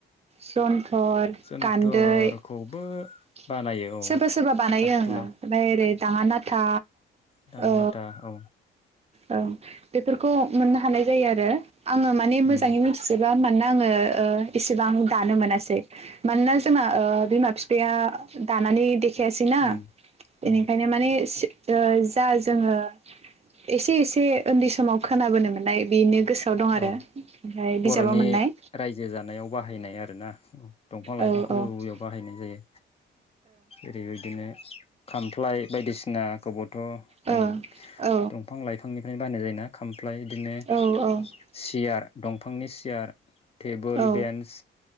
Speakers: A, on the right; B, on the left.
A: सन हर
B: जोनथोरखौबो
A: गान्दै सोरबा
B: बानायो औ
A: सोरबा बानायो
B: आथिखालाव
A: आङो ओमफ्राय ओरै दाङा नाथा
B: दांनाथा
A: ओ
B: औ
A: औ बेफोरखौ मोननो हानाय जायो आरो आङो माने मोजाङै
B: उम
A: मिथिजोबा माने आङो ओ इसेबां दानो मोनासै मानोना जोंना ओ बिमा बिफाया दानानै दे खायासैना
B: उम उम
A: बेनिखायनो माने <unintelligible> दा जोङो एसे एसे उन्दै समाव खोनाबोनो मोननाय बेनो गोसोआव दं आरो
B: औ
A: ओमफ्राय
B: बर'नि
A: बिजाबाव मोननाय
B: रायजो जानायाव बाहायनाय आरो ना दंफां लाइफांखौबो
A: औ औ
B: बबेयाव बाहायनाय जायो ओरैबायदिनो खामफ्लाय बायदिसिना खबद थ' जों
A: ओं ओं औ
B: दंफां लाइफांनिफ्रायनो बानाय जाय ना खामफ्लाय बिदिनो
A: औ
B: सियार दंफांनि सियार टेबोल
A: औ
B: बेन्स